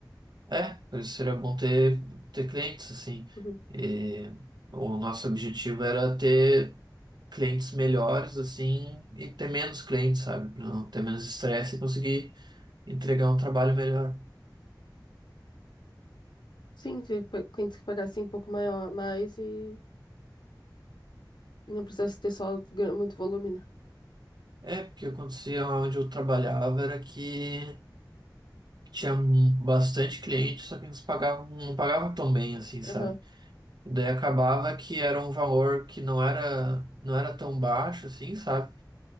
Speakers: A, on the right; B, on the left.
A: É, por isso seria bom ter, ter clientes, assim.
B: <clears throat>
A: E o nosso objetivo era ter clientes melhores, assim, e ter menos clientes, sabe? Para não ter menos estresse e conseguir entregar um trabalho melhor.
B: Sim, ver pa- quem tem que pagar assim um pouco maior, mais e, e não precisa ter só gra- muito volume, né?
A: É, porque acontecia onde eu trabalhava era que tinha bastante cliente, só que eles pagavam, não pagavam tão bem, assim, sabe?
B: Aham,
A: Daí acabava que era um valor que não era, não era tão baixo, assim, sabe?